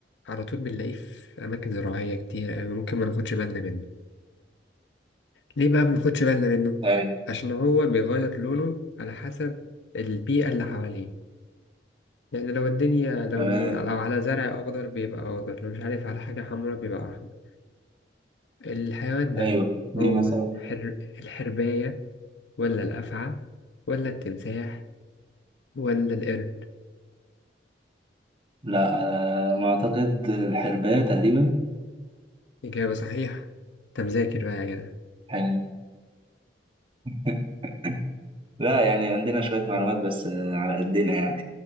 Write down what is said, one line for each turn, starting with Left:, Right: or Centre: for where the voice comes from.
Left: على طول بنلاقيه في أماكن زراعية كتير أوي ممكن ما ناخدش بالنا منه ليه بقى ما بناخدش بالنا منه؟
Right: أيوة
Left: عشان هو بيغير لونه على حسب البيئة اللي حواليه يعني لو الدنيا لو
Right: تمام
Left: لو على زرع أخضر بيبقى أخضر لو مش عارف على حاجة حمرا بيبقى أحمر الحيوان ده
Right: أيوه دي
Left: هو
Right: مثلا
Left: حر... الحرباية ولا الأفعى ولا التمساح ولا القرد
Right: لا آه، ما أعتقد الحرباية تقريبا
Left: إجابة صحيحة أنت مذاكر بقى يا جدع
Right: يعني <laughs> لا يعني عندنا شوية معلومات بس آه، على قدنا يعني